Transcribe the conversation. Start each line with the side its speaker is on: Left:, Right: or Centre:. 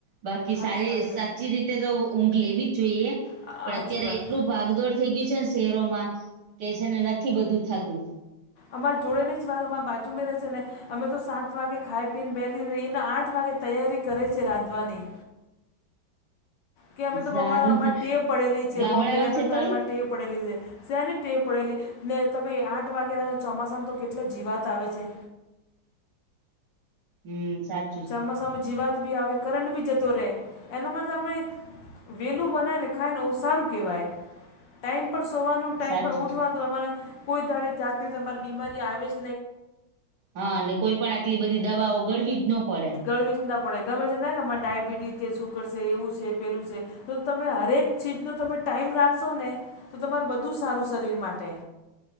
Right: બાકી
Left: સાચી
Right: સારી
Left: વાત
Right: સાચી રીતે તો ઊંઘ લેવી જ જોઈએ
Left: સાચી
Right: પણ અત્યારે
Left: વાત
Right: એટલું ભાગદોડ થઈ ગયું છે ને શહેરોમાં કે છે ને નથી બધું થતું
Left: અમાર જોડે ની જ વાત અમારા બાજુ મે રહે છે ને. અમે તો સાત વાગે ખાઈ પીને બેલી નહી એને આઠ વાગે તૈયારી કરે છે રાંધવાની કે અમે તોરે
Right: સારું
Left: અમારે ટે પડેલી છે
Right: ગામડામાં
Left: બોમ્બે રહેતા
Right: છે
Left: ને
Right: તોય
Left: અરે ટે પડેલી છે. ત્યાંની ટેવ પડેલી ને તમે આઠ વાગેલા ચોમાસામાં તો કેટલા જીવાત આવે છે.
Right: હમ્મ સાચ
Left: ચોમાસામાં જીવાત બી આવે કરંટ બી જતો રહે એના માટેમે વેલું બનાય ને ખાય ને એુ સારું કહેવાય ટાઈમ પર સોવાનું ને ટાઈમ
Right: સાચું
Left: પર ઉઠવાનું
Right: છે
Left: તમારે કોઈ દાડે જાતની તમારી બીમારી આવેજ
Right: હા અને કોઈ પણ આટલી બધી દવાઓ ગળવી જ ન પડે
Left: ગણવી જ ના પડે ગમે છે ને અરે ડાયાબિટીસ છે શુકર છે એવું છે પેલું છે. તો તમે હરેક ચીજનો તમે ટાઈમ રાખશો ને. તો તમારું બધું સારું શરીર માટે